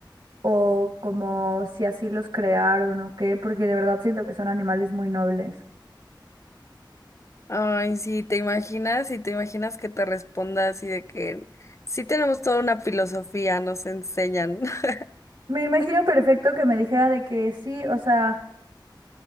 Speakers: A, on the right; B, on the left.
A: o como si así los crearon o qué, porque de verdad siento que son animales muy nobles.
B: Ay, sí, te imaginas y te imaginas que te responda así de que sí tenemos toda una filosofía, nos enseñan. <laughs>
A: Me imagino perfecto que me dijera de que sí, o sea...